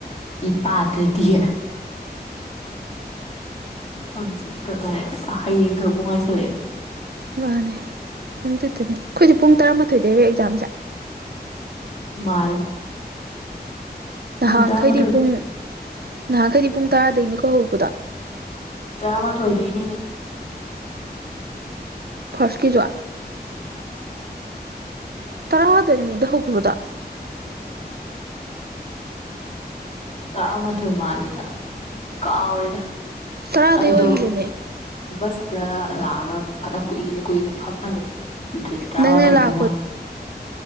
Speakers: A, on the left; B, on the right.
A: ꯏ ꯄꯥꯗꯗꯤꯌꯦ ꯍꯪꯆꯤꯗꯤ ꯀꯛ ꯂꯥꯛꯑꯦ ꯍꯌꯦꯡ ꯈꯛ ꯄ ꯉꯥꯏꯁꯜꯂꯛꯑꯦ
B: ꯃꯥꯅꯦ ꯍꯪꯆꯤꯠꯇꯅꯦ ꯑꯩꯈꯣꯏꯁꯦ ꯄꯨꯡ ꯇꯔꯥꯃꯥꯊꯣꯏꯗꯩꯔ ꯑꯦꯛꯖꯥꯝꯁꯦ
A: ꯃꯥꯜ
B: ꯅꯍꯥꯟꯈꯩꯗꯤ
A: ꯇꯔꯥꯃꯥꯊꯣꯏꯗꯩ
B: ꯄꯨꯡ ꯅꯍꯥꯟꯈꯩꯗꯤ ꯄꯨꯡ ꯇꯔꯥꯗꯩꯅꯤꯀꯣ ꯍꯧꯕꯗ
A: ꯇꯔꯥꯃꯥꯊꯣꯏꯗꯩꯅꯦꯍꯦ
B: ꯐꯥꯔꯁꯀꯤꯖꯣ ꯇꯔꯥꯗꯅꯤꯗ ꯍꯧꯈꯤꯕꯗ
A: ꯇꯔꯥꯃꯥꯊꯣꯏ ꯃꯥꯜꯂꯤꯗ ꯀꯥꯎꯎꯔꯦꯅ
B: ꯇꯔꯥꯗꯩ
A: ꯑꯩꯗꯣ
B: ꯑꯣꯏꯈꯤꯕꯅꯦ
A: ꯕꯁꯇ ꯂꯥꯛꯑꯒ ꯐꯅ ꯀꯨꯏꯅ ꯀꯨꯏꯅ ꯐꯝꯃ ꯂꯩ ꯑꯗꯨꯗ ꯇꯔꯥꯃꯥꯊꯣꯏꯃꯨꯛ
B: ꯅꯪꯅ ꯂꯥꯛꯄ
A: ꯃꯥꯦ